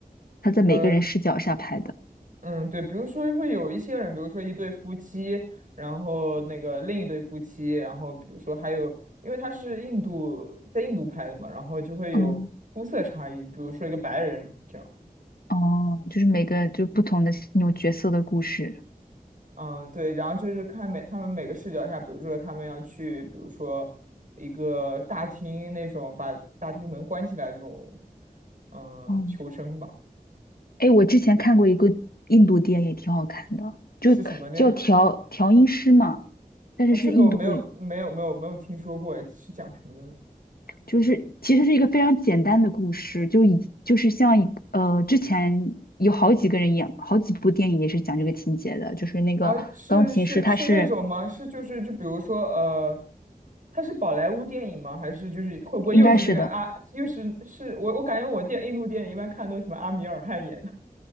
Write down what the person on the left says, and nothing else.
他在每个人视角下拍的。
嗯，
哦，就是每个就不同的那种角色的故事。
哦，
哎，我之前看过一个印度电影，挺好看的，就叫调调音师嘛，
但是是印度
就是其实是一个非常简单的故事，就以就是像一个呃之前有好几个人演好几部电影也是讲这个情节的，就是那个钢琴师他是
应该是的。